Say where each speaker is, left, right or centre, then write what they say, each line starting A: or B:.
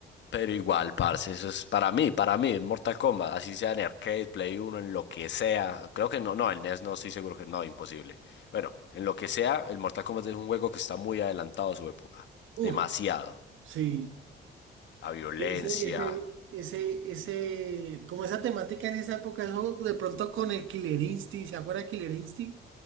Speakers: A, on the left (about 65°); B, on the right (about 80°).
A: Pero igual, parce, eso es para mí, para mí, en Mortal Kombat, así sea en arcade, Play uno en lo que sea. Creo que no, no, en NES no estoy seguro que no, imposible. Bueno, en lo que sea, el Mortal Kombat es un juego que está muy adelantado a su época. Demasiado.
B: Uf, sí.
A: La violencia.
B: Ese, ese, ese, ese, como esa temática en esa época, eso de pronto con el Killer Instinct, ¿se acuerda de Killer Instinct?